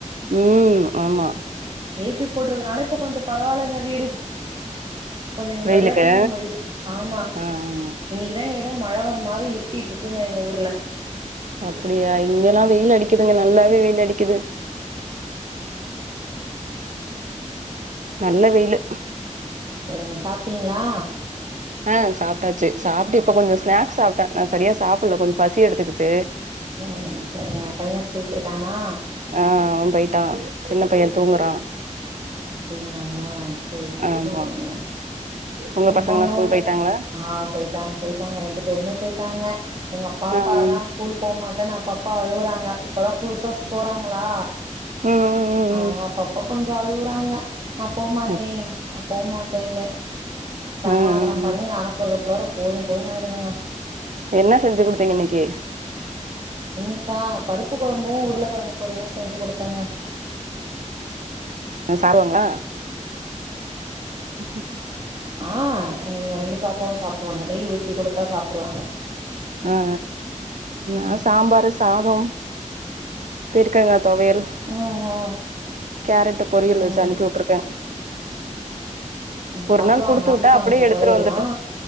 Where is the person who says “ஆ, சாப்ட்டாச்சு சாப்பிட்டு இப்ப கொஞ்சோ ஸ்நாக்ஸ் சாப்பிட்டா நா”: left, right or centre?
Right